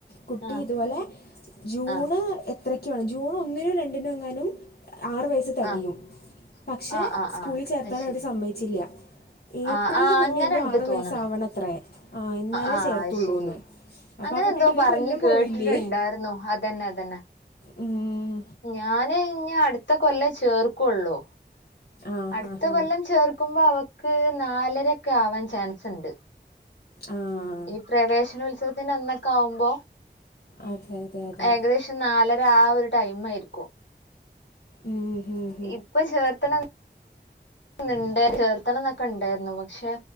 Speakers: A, on the left; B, on the left.
A: കുട്ടി
B: ആഹ്
A: ഇതുപോലെ ജൂണ്
B: ആഹ്
A: എഹ് അത്രക്ക ജൂൺ ഒന്നിനും രണ്ടിനോ എങ്ങാനും ആറ് വയ തികയും
B: ആഹ്
A: പക്ഷെ
B: ആഹ് ആഹ്
A: സ്കൂളിൽ
B: ആഹ്
A: ചേർത്താൻ
B: അയ്ശരി
A: അവർ സമ്മതിച്ചില്ല ഏപ്രിലിൽ
B: ആഹ് ആഹ്
A: മുന്ന
B: അങ്ങനെണ്ട്
A: എന്തോ ആറ് വയസാവണത്രേ
B: തോന്നണ്
A: ആഹ് എന്നാലേ
B: ആഹ്
A: ചേർത്തുള്ളൂ
B: അത് ശരി
A: എന്ന് അപ്പൊ
B: അങ്ങനെ
A: ആഹ് കുട്ടീടെ
B: എന്തോ
A: ഒരു
B: പറഞ്ഞ്
A: കൊല്ലം
B: കേട്ടിട്ടുണ്ടായിരുന്നു
A: പോയില്ലേ
B: അതന്നെ അതന്നെ
A: ഉം
B: ഞാന് ഇനി അടുത്ത കൊല്ലം ചേർക്കുള്ളൂ
A: ആ
B: അടുത്ത
A: ഹാ ഹാ
B: കൊല്ലം ചേർക്കുമ്പോ അവക്ക് നാലരൊക്കെ ആവാൻ ചാൻസ് ഉണ്ട്
A: ആഹ്
B: ഈ പ്രവേശനോത്സവത്തിന്റെ അന്നൊക്കെ ആവുമ്പോ
A: അതെ അതെ അതെ
B: ഏകദേശം നാലര ആഹ് ഒരു ടൈം ആയിരിക്കും
A: ഉം ഉം
B: ഇപ്പൊ ചേർത്തണ ഇണ്ട് ചേർത്തണം എന്നൊക്കെ ഉണ്ടായിരുന്നു പക്ഷെ